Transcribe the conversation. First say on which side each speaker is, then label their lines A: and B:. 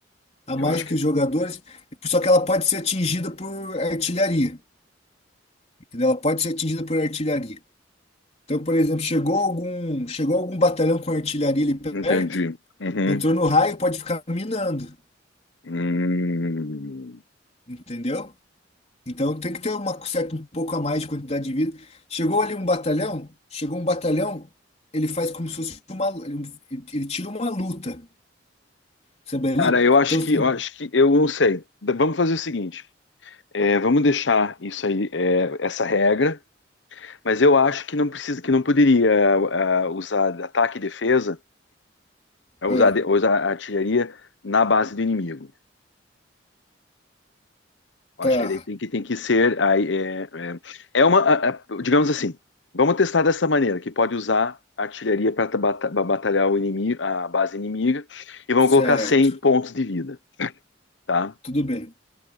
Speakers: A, on the left; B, on the left.
A: a
B: Eu
A: mais
B: acho
A: que
B: que
A: os jogadores, só que ela pode ser atingida por artilharia, entendeu? Ela pode ser atingida por artilharia. Então, por exemplo, chegou algum, chegou algum batalhão com artilharia ali perto,
B: entendi. Uhum.
A: Entrou no raio, pode ficar minando,
B: Hum.
A: entendeu? Então tem que ter uma certa um pouco a mais de quantidade de vida. Chegou ali um batalhão, chegou um batalhão, ele faz como se fosse uma, ele, ele tira uma luta, sabe ali?
B: Cara, eu acho
A: Então
B: que,
A: se-
B: eu acho que, eu não sei. Da- Vamos fazer o seguinte. É, vamos deixar isso aí, é, essa regra, mas eu acho que não precisa, que não poderia ah, usar ataque e defesa, ah,
A: ah,
B: usar, de- usar artilharia na base do inimigo. Eu
A: tá,
B: acho que daí tem que, tem que ser. aí, é, é, é uma, a- a- digamos assim, vamos testar dessa maneira, que pode usar artilharia para batalhar o inimigo, a base inimiga, e vamos
A: certo,
B: colocar 100 pontos de vida, tá?
A: tudo bem.